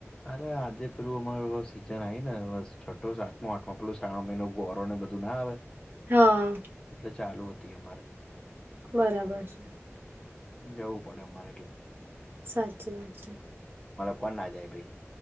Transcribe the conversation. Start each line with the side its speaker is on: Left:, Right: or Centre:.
Left: અરે આજે પેલું અમારું સીઝન આવી ને બસ છઠ્ઠો સાતમો આઠમાં પેલું શ્રાવણ મહિનો ગોરો ને બધું ના આવે
Right: હા
Left: એટલે ચાલુ હતી અમર
Right: બરાબર છે
Left: જવું પડે અમારે એટલે
Right: સાચી વાત છે
Left: કો ના જાય ભાઈ